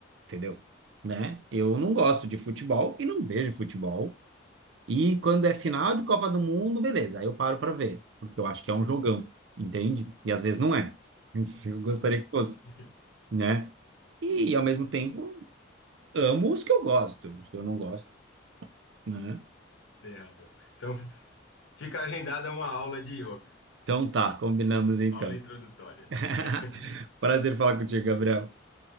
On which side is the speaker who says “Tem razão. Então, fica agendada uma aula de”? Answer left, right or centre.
Left